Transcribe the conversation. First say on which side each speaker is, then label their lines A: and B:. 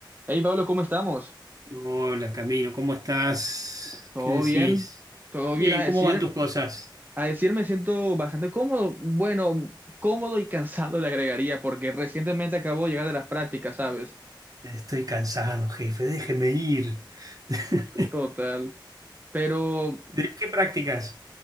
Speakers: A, on the right; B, on the right.
A: Hey Pablo, ¿cómo estamos?
B: Hola Camilo, ¿cómo estás?
A: ¿Todo
B: ¿Qué decís?
A: bien? Todo
B: Bien,
A: bien a decir,
B: ¿cómo van tus cosas?
A: a decir me siento bastante cómodo, bueno, cómodo y cansado le agregaría porque recientemente acabo de llegar de las prácticas, ¿sabes?
B: Estoy cansado, jefe, déjeme ir. <laughs>
A: Total. Pero
B: ¿De qué prácticas?